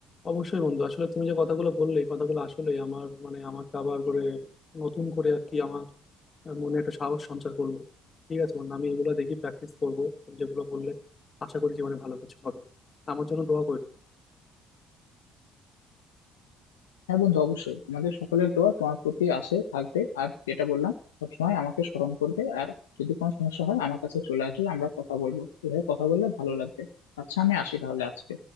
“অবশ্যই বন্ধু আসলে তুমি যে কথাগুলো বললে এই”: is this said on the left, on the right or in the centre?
Left